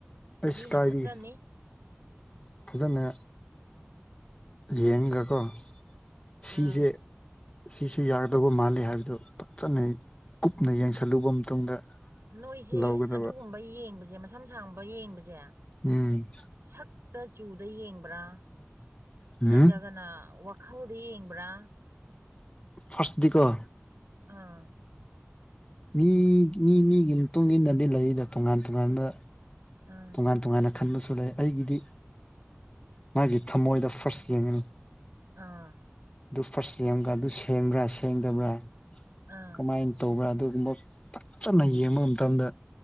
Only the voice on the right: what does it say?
ꯃꯤꯅ
ꯁꯠꯆꯅꯤ
ꯑꯥ
ꯅꯣꯏꯁꯦ
ꯑꯗꯨꯒꯨꯝꯕ ꯌꯦꯡꯕꯁꯦ ꯃꯁꯝ ꯁꯥꯡꯕ ꯌꯦꯡꯕꯁꯦ
ꯁꯛꯇ ꯆꯨꯗ ꯌꯦꯡꯕ꯭ꯔꯥ
ꯅꯠꯇ꯭ꯔꯒꯅ ꯋꯥ ꯈꯜꯗ ꯌꯦꯡꯕ꯭ꯔꯥ
ꯑꯥ
ꯑꯥ
ꯑꯥ
ꯑꯥ